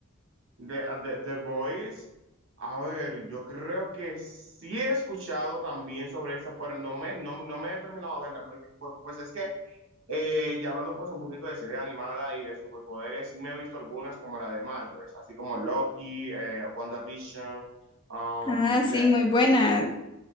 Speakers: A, on the right; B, on the left.
A: de, ah, de, The Voice, a ver, yo creo que sí he escuchado también sobre esa, pero no me, no, no me he terminado de verla, porque pues, pues es que Eh, y hablando pues un poquito de serie animada y de superpoderes, sí me he visto algunas como la de Marvel, así como Loki, eh, WandaVision, um,
B: Ah, sí,
A: la, eh,
B: muy buena.